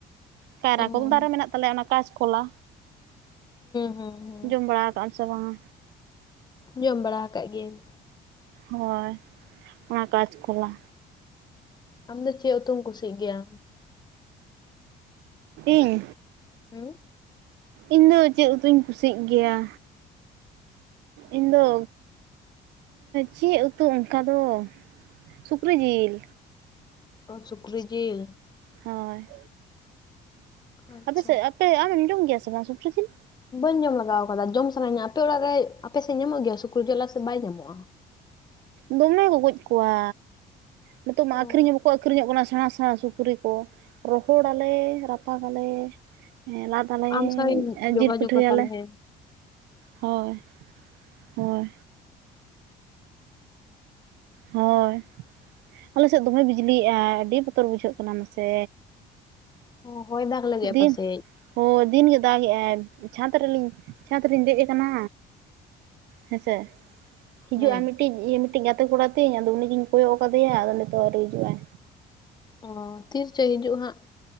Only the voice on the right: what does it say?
ᱠᱟᱭᱨᱟ
ᱠᱚᱫᱚ ᱫᱟᱨᱮ ᱢᱮᱱᱟᱜ ᱛᱟᱞᱮᱭᱟ ᱚᱱᱟ ᱠᱟᱸᱪ ᱠᱚᱞᱟ᱾
ᱡᱚᱢ ᱵᱟᱲᱟ ᱠᱟᱸᱜ ᱟᱢ ᱥᱮ ᱵᱟᱝ-ᱟ᱾
ᱦᱳᱭ ᱚᱱᱟ ᱠᱟᱸᱪ ᱠᱚᱞᱟ᱾
ᱤᱧ,
ᱤᱧ ᱫᱚ ᱪᱮᱫ ᱩᱛᱩᱧ ᱠᱩᱥᱤᱜ ᱜᱮᱭᱟ᱾ ᱤᱧᱫᱚ ᱪᱮᱫ ᱩᱛᱩ ᱚᱱᱠᱟ ᱫᱚ, ᱥᱩᱠᱨᱤ ᱡᱤᱞ᱾
ᱦᱚᱸᱭ᱾
ᱟᱯᱮᱥᱮᱫ ᱟᱯᱮ ᱟᱢᱮᱢ ᱡᱚᱢ ᱜᱮᱭᱟ ᱥᱮ ᱵᱟᱝ ᱥᱩᱠᱨᱤ ᱡᱤᱞ?
ᱫᱚᱢᱮ ᱠᱚ ᱜᱚᱡ ᱠᱚᱣᱟ, ᱱᱤᱛᱚᱜ ᱢᱟ
ᱟᱠᱷᱨᱤᱧ ᱦᱚᱸ ᱵᱟᱠ ᱟᱹᱠᱷᱨᱤᱧᱚᱜ ᱠᱟᱱᱟ ᱥᱮᱬᱟ ᱥᱮᱬᱟ ᱥᱩᱠᱨᱤ ᱠᱚ ᱨᱚᱦᱚᱲᱟᱞᱮ, ᱨᱟᱯᱟᱜᱟᱞᱮ ᱞᱟᱫ ᱞᱟᱫᱟᱞᱮ,
ᱡᱤᱞ ᱯᱤᱴᱷᱟᱹᱭᱟᱞᱮ
ᱦᱳᱭ ᱦᱳᱭ᱾ ᱦᱳᱭ᱾ ᱟᱞᱮ ᱥᱮᱫ ᱫᱚᱢᱮ ᱵᱤᱡᱽᱞᱤᱭᱮᱜ ᱟᱭ ᱟᱹᱰᱤ ᱵᱚᱛᱚᱨ ᱵᱩᱡᱷᱟᱹᱜ ᱠᱟᱱᱟ ᱢᱟᱥᱮ᱾
ᱫᱤᱱ
ᱦᱳᱭ ᱫᱤᱱᱜᱮ ᱫᱟᱜᱮᱜᱟᱭ ᱪᱷᱟᱸᱫᱽ ᱨᱮᱞᱤᱧ ᱪᱷᱟᱸᱫᱽ ᱨᱤᱧ ᱫᱮᱡ ᱟᱠᱟᱱᱟ᱾ ᱦᱮᱸᱥᱮ ᱦᱤᱡᱩᱜᱼᱟ
ᱢᱤᱫᱴᱤᱡ ᱢᱤᱫᱴᱤᱡ ᱜᱟᱛᱮ ᱠᱚᱲᱟ᱾ ᱛᱤᱧ ᱟᱫᱚ ᱩᱱᱤᱜᱤᱧ ᱠᱚᱭᱚᱜ ᱟᱠᱟᱫᱮᱭᱟ ᱟᱫᱚ ᱱᱤᱛᱚᱜ ᱦᱚᱸ ᱟᱣᱨᱤ ᱦᱤᱡᱩᱜᱼᱟᱭ᱾